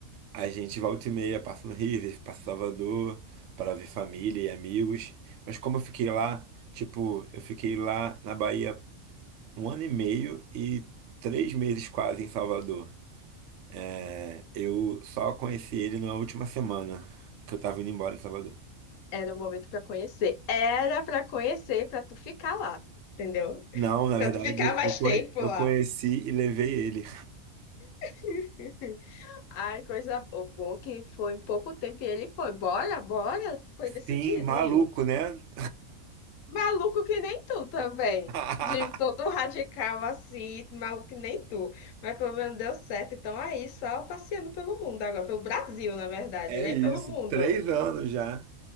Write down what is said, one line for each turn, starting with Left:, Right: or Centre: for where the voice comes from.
Right: a gente volta e meia, passa no Rio, às vezes passa em Salvador, para ver família e amigos. Mas como eu fiquei lá, tipo, eu fiquei lá na Bahia um ano e meio e três meses quase em Salvador. É, Eu só conheci ele na última semana que eu tava indo embora de Salvador.
Left: era o momento pra conhecer. Era pra conhecer, pra tu ficar lá, entendeu? <laughs>
Right: Não, na
Left: Pra
Right: verdade,
Left: tu ficar mais
Right: eu conhe-
Left: tempo
Right: eu
Left: lá.
Right: conheci e levei ele.
Left: <laughs> Ai, coisa boa que foi em pouco tempo e ele foi. Bora, bora. Foi decidido
Right: Sim, maluco,
Left: ir.
Right: né?
Left: Maluco que nem tu também.
Right: <laughs>
Left: De todo radical assim, maluco que nem tu. Mas pelo menos deu certo. Então aí, só passeando pelo mundo agora, pelo Brasil, na verdade,
Right: É
Left: nem
Right: isso,
Left: pelo mundo.
Right: três anos já.